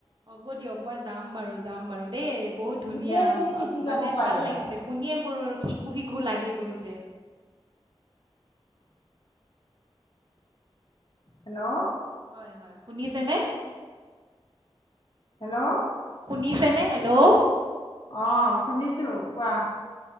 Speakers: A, on the right; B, on the left.
A: হ'ব দিয়ক, মই যাম বাৰু, যাম বাৰু দেই বহুত ধুনীয়া
B: গোটেইখিনি শিকি
A: আ
B: যাব
A: মানে
B: পাৰিবা
A: ভাল লাগিছে শুনিয়ে মোৰ শিকো শিকো লাগি গৈছে
B: হেল্ল'
A: হয় হয় শুনিছেনে
B: হেল্ল'
A: শুনিছেনে? হেল্ল'
B: অ', শুনিছোঁ কোৱা